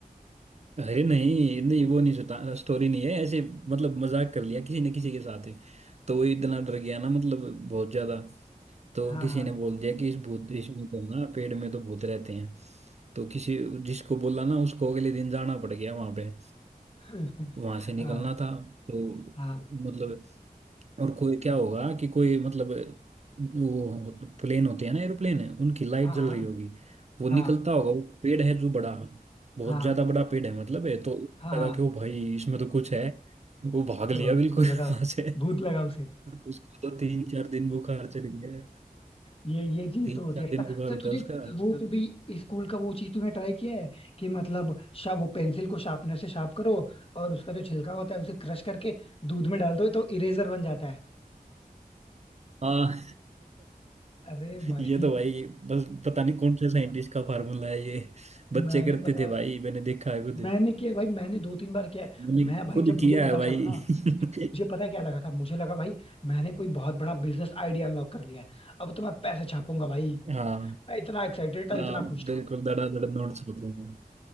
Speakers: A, on the right; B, on the left.
A: अरे नहीं नहीं वो नहीं सता स्टोरी नहीं है ऐसे मतलब मजाक कर लिया किसी ने किसी के साथ ही। तो वो इतना डर गया ना मतलब बहुत ज्यादा तो
B: हाँ
A: किसी
B: हाँ
A: ने बोल दिया कि इस भूत इसमें तो ना पेड़ में तो भूत रहते हैं तो किसी जिसको बोला ना उसको अगले दिन जाना पड़ गया वहां पे
B: <laughs>
A: वहां से निकलना
B: हाँ
A: था तो
B: हाँ
A: मतलब और कोई क्या होगा कि कोई मतलब वो प्लेन होते हैं ना एरोप्लेन है उनकी लाइट
B: हाँ
A: जल रही होगी वो
B: हाँ
A: निकलता होगा वो पेड़ है जो बड़ा बहुत
B: हाँ
A: ज्यादा बड़ा पेड़ है मतलब है तो
B: हाँ
A: लगा
B: हाँ
A: कि ओ भाई इसमें तो कुछ है वो भाग
B: तो
A: लिया
B: उसको
A: बिल्कुल
B: लगा
A: <laughs> वहां से
B: भूत लगा उसे
A: उसको तो तीन चार दिन बुखार चढ़ गया
B: ये ये चीज
A: तीन
B: तो होती
A: चार
B: है
A: दिन
B: पता
A: बुखार
B: सर
A: होता
B: तुझे
A: है उसका
B: वो कभी स्कूल का वो चीज तूने ट्राई किया है कि मतलब शा वो पेंसिल को शार्पनर से शार्प करो और उसका जो छिलका होता है उसे क्रश करके दूध में डाल दो तो इरेजर बन जाता है
A: हाँ <laughs>
B: अरे भाई
A: ये तो भाई बस पता नहीं कौन से साइंटिस्ट का फार्मूला है ये बच्चे
B: मैंने
A: करते
B: पता
A: थे
B: है
A: भाई मैंने देखा है खुद
B: मैंने किया भाई मैंने दो तीन बार किया है
A: मैंने
B: मैं भाई
A: खुद
B: जब मुझे
A: किया
B: पता
A: है भाई
B: चला ना
A: <laughs>
B: मुझे पता है क्या लगा था मुझे लगा भाई मैंने कोई बहुत बड़ा बिजनेस आइडिया अनलॉक कर लिया है अब तो मैं पैसे छापूंगा भाई
A: हाँ
B: मैं इतना एक्साइटेड था
A: हाँ
B: इतना खुश
A: बिल्कुल
B: था
A: धड़ाधड़ नोट्स बताऊंगा